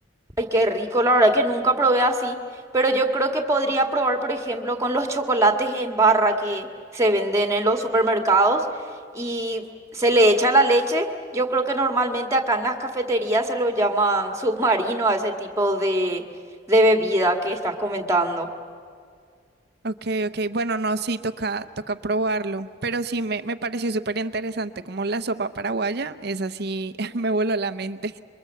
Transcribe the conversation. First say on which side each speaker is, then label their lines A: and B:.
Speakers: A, on the right; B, on the right.
A: Ay, qué rico, la verdad que nunca probé así, pero yo creo que podría probar, por ejemplo, con los chocolates en barra que se venden en los supermercados y se le echa la leche. Yo creo que normalmente acá en las cafeterías se lo llaman submarino a ese tipo de, de bebida que estás comentando.
B: Ok, ok, bueno, no, sí, toca, toca probarlo, pero sí, me, me pareció súper interesante como la sopa paraguaya, es así, <laughs> me voló la mente.